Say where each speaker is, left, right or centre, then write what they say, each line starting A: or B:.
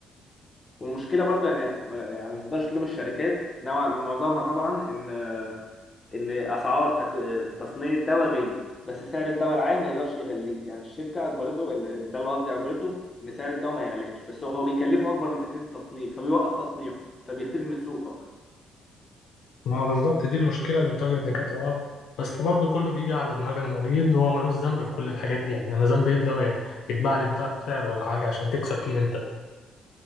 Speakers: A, on the left; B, on the left.
A: والمشكله برضو يعني يعني ما تقدرش تلوم الشركات نوع من معظمها طبعا ان ان اسعار تك... تصنيع الدواء غليت بس سعر الدواء العام ما يقدرش يغليه يعني الشركه اجبرته ال- الدوله قصدي اجبرته ان سعر الدواء ما يعلاش بس هو هو بيكلفه اكبر من تكلفه التصنيع فبيوقف تصنيعه فبيختفي من السوق خالص
B: ما هو بالظبط دي المشكلة اللي بتواجه الدكاترة اه بس برضه كله بيجي على دماغ المريض هو ملوش ذنب في كل الحاجات دي يعني أنا ذنبي إيه الدواء يتباع لي بضعف سعر ولا حاجة عشان تكسب فيه أنت